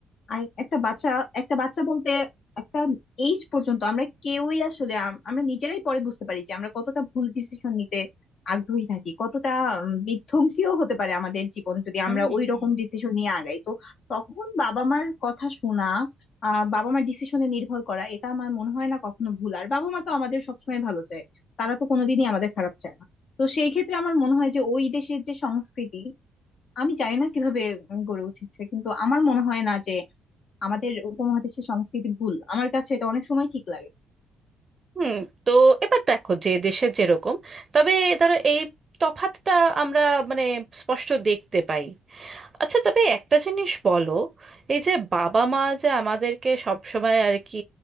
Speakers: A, on the left; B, on the right.
A: আর একটা বাচ্চা একটা বাচ্চা বলতে একটা এইজ পর্যন্ত আমরা কেউই আসলে আম- আমরা নিজেরাই পরে বুঝতে পারি যে আমরা কতটা ভুল ডিসিশন নিতে আগ্রহী থাকি কতটা উম, বিধ্বংসীও হতে পারে আমাদের জীবন যদি
B: হুম
A: আমরা
B: হুম
A: ওই রকম ডিসিশন নিয়ে আগাই তো তখন বাবা মার কথা শোনা আহ বাবা মার ডিসিশনে নির্ভর করা এটা আমার মনে হয় না কখনো ভুল আর বাবা মা তো আমাদের সবসময় ভালো চায় তারা তো কোনোদিনই আমাদের খারাপ চায় না তো সেই ক্ষেত্রে আমার মনে হয় যে ওই দেশের যে সংস্কৃতি আমি জানি না কিভাবে উম, গড়ে উঠেছে কিন্তু আমার মনে হয় না যে আমাদের উপমহাদেশের সংস্কৃতি ভুল আমার কাছে এটা অনেক সময় ঠিক লাগে
B: হুম, তো এবার দেখো যে দেশে যেরকম তবে ধরো এই তফাতটা আমরা মানে স্পষ্ট দেখতে পাই আচ্ছা তবে একটা জিনিস বলো এই যে বাবা মা যে আমাদেরকে সব সময় আর কি